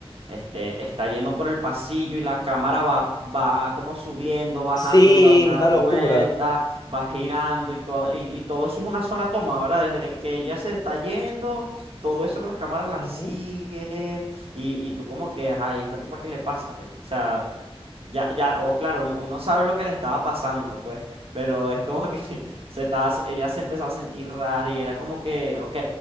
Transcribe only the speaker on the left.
Sí,
una
locura.
Ujú.